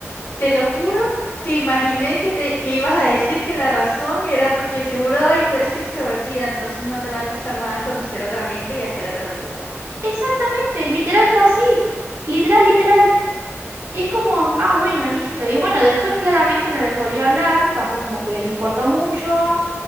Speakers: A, on the left; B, on the right.
A: Te lo juro que imaginé que te que ibas a decir que la razón era porque seguro, ay, tú eres extrovertida, entonces no te va a costar nada conocer a otra gente y hacer otro grupo.
B: Exactamente, literal fue así, literal, literal. Y es como, ah, bueno, listo. Y bueno, después claramente no les volví a hablar, tampoco como que les importó mucho,